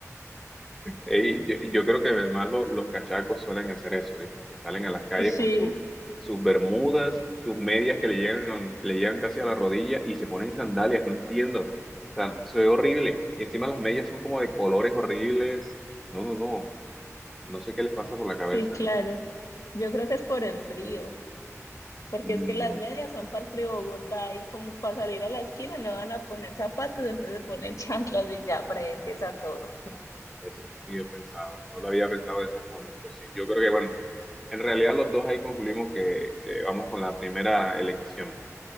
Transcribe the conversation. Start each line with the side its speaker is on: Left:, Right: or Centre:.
Centre: Ey, yo, yo creo que además lo- los cachacos suelen hacer eso, ¿eh? Como que salen a las calles
Left: Sí,
Centre: con su- sus bermudas, sus medias que le llegan, le llegan casi a la rodilla y se ponen sandalias, no entiendo. O sea, se ve horrible. Y encima las medias son como de colores horribles. No, no, no. No sé qué les pasa por la cabeza,
Left: sí, claro.
Centre: ¿eh?
Left: Yo creo que es por el frío, porque
Centre: Mm,
Left: es que las medias son para el frío de Bogotá y como para salir a la esquina no van a poner zapatos, entonces ponen <laughs> chanclas y ya, para ahí empieza todo.
Centre: eso está muy bien pensado. No lo había pensado de esa forma, pero sí. Yo creo que, bueno, en realidad los dos ahí concluimos que, que vamos con la primera elección.